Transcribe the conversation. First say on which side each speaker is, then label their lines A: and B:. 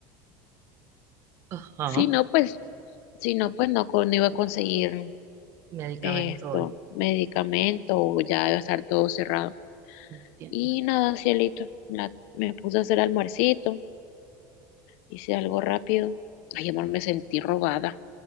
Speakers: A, on the right; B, on the left.
A: Ajá,
B: Si no, pues, si no, pues no, con- no iba a conseguir
A: medicamento
B: eh, esto,
A: hoy.
B: medicamento, o ya iba a estar todo cerrado.
A: Entiendo.
B: Y nada, cielito, la- me puse a hacer almuercito, hice algo rápido. Ay, amor, me sentí robada.